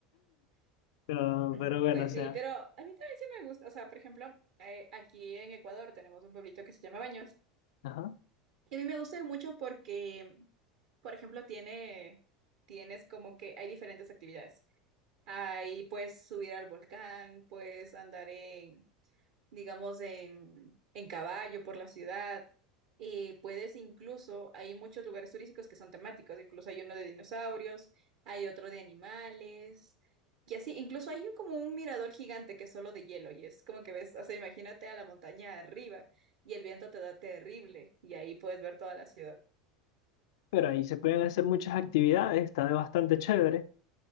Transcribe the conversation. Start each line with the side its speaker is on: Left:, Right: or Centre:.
Left: Pero,
Right: Ujú,
Left: pero bueno,
Right: Pues
Left: o sea,
Right: sí, pero a mí también sí me gusta, o sea, por ejemplo, eh, aquí en Ecuador tenemos un pueblito que se llama Baños
Left: ajá.
Right: y a mí me gusta ir mucho porque, por ejemplo, tiene, tienes como que hay diferentes actividades. Ahí puedes subir al volcán, puedes andar en, digamos, en, en caballo por la ciudad. Y puedes incluso, hay muchos lugares turísticos que son temáticos, incluso hay uno de dinosaurios, hay otro de animales, y así, incluso hay un- como un mirador gigante que es solo de hielo, y es como que ves, o sea, imagínate a la montaña arriba y el viento te da terrible, y ahí puedes ver toda la ciudad.
Left: Pero ahí se pueden hacer muchas actividades, está de bastante chévere.